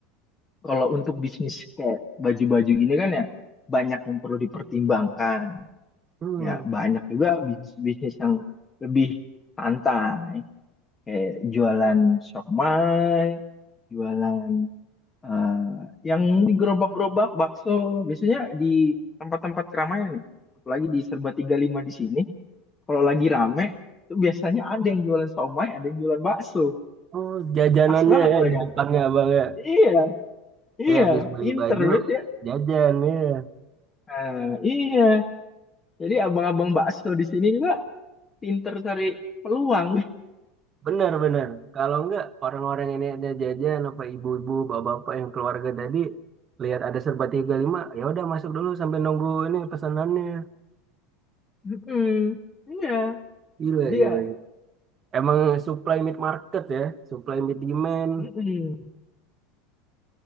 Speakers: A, on the left (about 20°); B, on the right (about 30°).
A: kalau untuk bisnis kayak baju-baju gini kan ya banyak yang perlu dipertimbangkan.
B: Hmm.
A: Ya banyak juga bisnis-bisnis yang lebih santai. Kayak jualan siomay, jualan Eh, yang di gerobak-gerobak bakso biasanya di tempat-tempat keramaian ya apalagi di Serba 35 di sini kalau lagi rame itu biasanya ada yang jualan somai ada yang jualan bakso
B: Oh, jajanannya
A: pas banget
B: ya
A: mereka
B: di depannya Abang ya.
A: iya
B: Ya
A: iya
B: habis beli
A: pinter
B: baju
A: banget ya
B: jajan ya.
A: Nah, iya jadi abang-abang bakso di sini juga pinter cari peluang
B: Benar benar. Kalau enggak orang-orang ini ada jajan apa ibu-ibu, bapak-bapak yang keluarga tadi lihat ada serba 35, ya udah masuk dulu sampai nunggu ini pesanannya.
A: <laughs> Mm-mm. iya
B: Gila,
A: jadi
B: gila.
A: ya
B: gila. Emang supply mid market ya, supply mid demand
A: mm-mm.